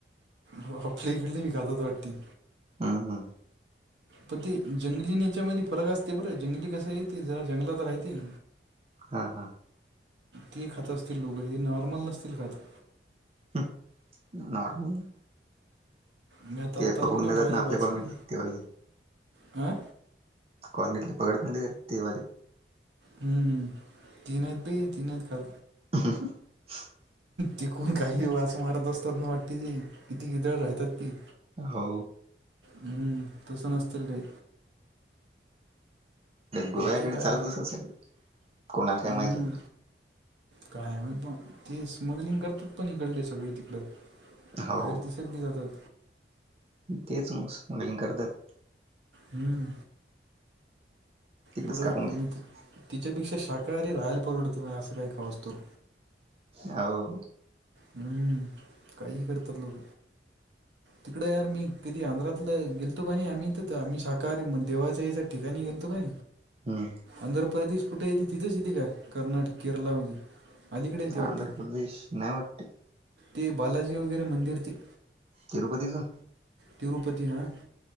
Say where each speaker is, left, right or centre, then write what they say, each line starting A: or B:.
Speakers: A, on the right; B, on the right.
A: हो आपल्या इकडली बी खातात वाट्टी.
B: हम्म
A: प ते जंगली नेच्यामध्ये फरक असते बरं जंगली कसं आहे ते जरा जंगलात रायते. <inaudible>
B: हा, हा.
A: ते खात असतील लोघं हे नॉर्मल नसतील खात.
B: हंम नॉर्मल
A: मी आता
B: ते
A: आत्ता
B: पकडून
A: लोक नाही
B: नेतात
A: पाहिलं
B: ना आपल्या
A: बा असं
B: कॉलमध्ये
A: काही
B: ते वाले.
A: हा
B: कॉलनीतले पकडं नाही ते काय ते वाले.
A: हम्म तीन आहेत बे तीन आहेत खात
B: <unintelligible>
A: तिकून काही वास मारत असतात ना वाटते ते किती कित्याळ राहतात ती.
B: हो.
A: हम्म तसं नसतील रे.
B: गोव्याकडे
A: बाकी काय
B: चालत <unintelligible> कोणाला काय
A: हम्म
B: माहित होती?
A: काय माहित बा ते स्मगलिंग करतात पण इकडले सगळे तिकड
B: हो
A: बाहेर दिस दिसतात.
B: तेच मग स्मगलिंग करतायत.
A: हम्म.
B: तिकडेच
A: बरं
B: कापून
A: आहे बा
B: घेतात
A: मी तिच्यापेक्षा शाकाहारी राहायला परवडत मी असं काय खाऊ असतो.
B: हावो.
A: हम्म काही करतात लोक. तिकडं यार मी कधी आंध्रातलं गेलतो ब आणि आम्ही तर आम्ही साकाहारी म देवाचं हेच ठीकानी गेलतो काय.
B: हम्म.
A: आंध्र प्रदेश कुठे येते तिथंच येते का कर्नाटक केरलामध्ये. अलीकडे येते वाटते
B: आंध्र प्रदेश नाही वाट्ट.
A: ते बालाजी वगैरे मंदिर ते.
B: तिरुपतीचा
A: तिरूपती हा